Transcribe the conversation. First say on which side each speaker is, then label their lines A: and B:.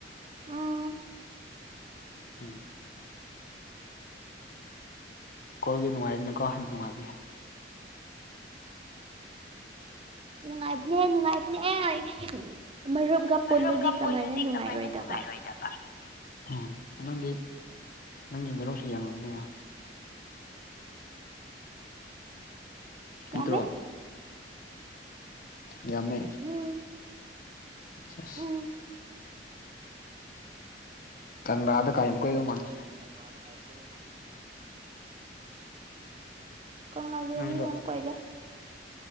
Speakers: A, on the right; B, on the left.
A: ꯎꯝ
B: ꯎꯝ ꯀꯣꯏꯕꯖꯦ ꯅꯨꯡꯉꯥꯏꯗꯅꯀꯣ ꯅꯨꯡꯉꯥꯏꯕꯅꯦ
A: ꯅꯨꯡꯉꯥꯏꯕꯅꯦ ꯅꯨꯡꯉꯥꯏꯕꯅꯦ ꯍꯣꯏ ꯃꯔꯨꯞꯒ ꯄꯨꯜꯂꯗꯤ
B: ꯃꯔꯨꯞꯀ
A: ꯀꯃꯥꯏꯅ
B: ꯄꯨꯜꯂꯗꯤ
A: ꯅꯨꯡꯉꯥꯏꯔꯣꯏꯗꯕ
B: ꯀꯃꯥꯏꯅ ꯅꯨꯡꯉꯥꯏꯔꯣꯏꯗꯕ ꯎꯝ ꯅꯪꯗꯤ ꯅꯪꯒꯤ ꯃꯔꯨꯞꯁꯤ ꯌꯥꯝꯂꯝꯒꯅꯤꯅ ꯅꯠꯇ꯭ꯔꯣ
A: ꯌꯥꯝꯃꯦ
B: ꯌꯥꯝꯃꯦ
A: ꯎꯝ
B: ꯆꯦꯁ
A: ꯎꯝ
B: ꯀꯪꯂꯥꯗꯀꯥ ꯌꯥꯝ ꯀꯣꯏꯕ ꯃꯥꯜꯂꯦ
A: ꯀꯪꯂꯥꯗꯀꯥ ꯌꯥꯝ ꯀꯣꯏꯕ ꯃꯥꯜꯂꯤ ꯀꯪꯂꯥꯗꯗꯤ
B: ꯅꯪꯗꯣ
A: ꯌꯥꯝ ꯀꯣꯏꯗꯦ